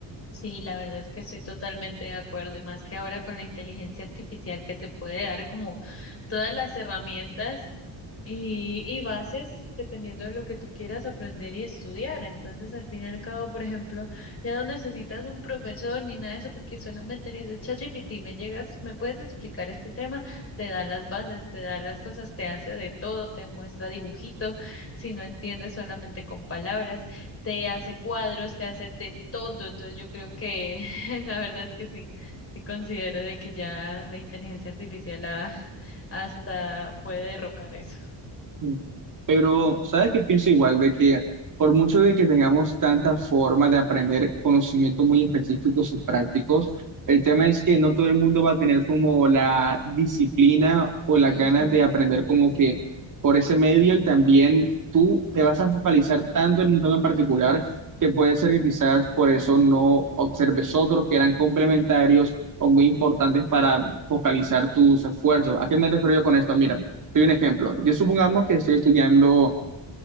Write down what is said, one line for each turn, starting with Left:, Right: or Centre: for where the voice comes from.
Left: Sí, la verdad es que estoy totalmente de acuerdo y más que ahora con la inteligencia artificial que te puede dar como todas las herramientas y, y bases dependiendo de lo que tú quieras aprender y estudiar. Entonces, al fin y al cabo, por ejemplo, ya no necesitas un profesor ni nada de eso porque solamente le dices, ChatGPT, me llegas, me puedes explicar este tema, te da las bases, te da las cosas, te hace de todo, te muestra dibujitos, si no entiendes solamente con palabras te hace cuadros, te hace de todo. Entonces yo creo que <laughs> la verdad es que sí, sí considero de que ya la inteligencia artificial ha- <laughs> hasta puede derrocar eso.
Right: Mm. Pero, ¿sabes qué pienso igual? De que por mucho de que tengamos tanta forma de aprender conocimientos muy específicos y prácticos, el tema es que no todo el mundo va a tener como la disciplina o las
Left: Ujú.
Right: ganas de aprender como que por ese medio y también tú te vas a focalizar tanto en un tema en particular que puede ser que quizás por eso no observes otros que eran complementarios o muy importantes para focalizar tus esfuerzos. ¿A qué me refiero yo con esto? Mira. Soy un ejemplo. Yo supongamos que estoy estudiando